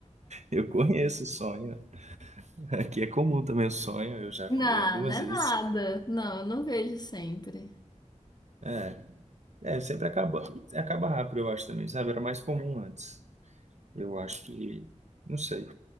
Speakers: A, on the right; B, on the left.
A: eu conheço o sonho. Aqui é comum também o sonho, eu já
B: Não,
A: comi algumas
B: não é
A: vezes.
B: nada. Não, eu não vejo sempre.
A: É, é, sempre acaba, acaba rápido, eu acho também, sabe? Era mais comum antes. Eu acho que, não sei,